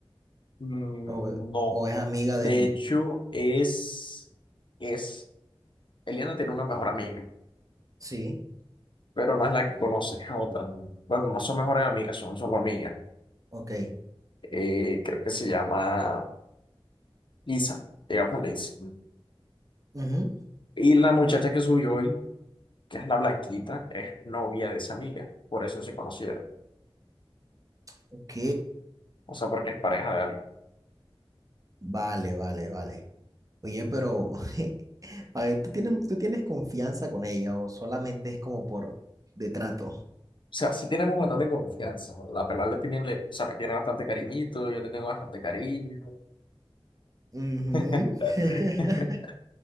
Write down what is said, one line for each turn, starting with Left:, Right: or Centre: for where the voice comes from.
Left: No.
Right: O, o es amiga
Left: De
Right: del.
Left: hecho, es, es, Eliana tiene una mejor amiga,
Right: Sí,
Left: pero no es la que conoce, es otra. Bueno, no son mejores amigas, son solo amigas.
Right: ok.
Left: Eh, creo que se llama Lisa, digamos Lisa.
Right: Ujú,
Left: Y la muchacha que subió hoy, que es la blanquita, es novia de esa amiga. Por eso se conocieron.
Right: Ok.
Left: O sea, porque es pareja de alguien.
Right: Vale, vale, vale. Oye, pero. <laughs> A ver, ¿tú tienes, tú tienes confianza con ella o solamente es como por de trato?
Left: O sea, sí tenemos bastante confianza. La pelada le tiene, le- o sea, me tiene bastante cariñito, yo le tengo bastante cariño.
Right: Ujú.
Left: <laughs>
Right: <laughs>